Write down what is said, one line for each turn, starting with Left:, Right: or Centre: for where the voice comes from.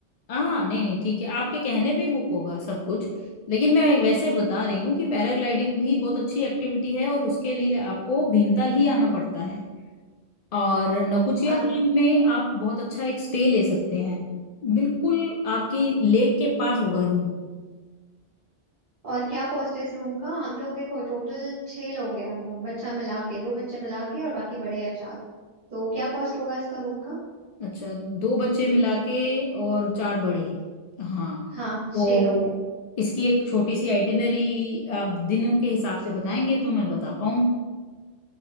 Left: हाँ नहीं नहीं ठीक है आपके कहने पे ही बुक होगा सब कुछ लेकिन मैं वैसे बता रही हूँ कि पैराग्लाइडिंग भी बहुत अच्छी एक्टिविटी है और उसके लिए आपको भीमताल ही आना पड़ता है और नौकुचिया
Right: आ,
Left: ताल में आप बहुत अच्छा एक स्टे ले सकते हैं बिल्कुल आपकी लेक के पास होगा रूम
Right: और क्या कॉस्ट है इस रूम का हम लोग देखो टोटल छह लोग हैं हम लोग बच्चा मिला के दो बच्चे मिला के और बाकी बड़े हैं चार तो क्या कॉस्ट होगा इसका रूम का
Left: अच्छा दो बच्चे मिला के और चार बड़े हाँ
Right: हाँ छह
Left: तो
Right: लोग हैं
Left: इसकी एक छोटी सी आइटिनरी आप दिनों के हिसाब से बताएंगे तो मैं बता पाऊँ।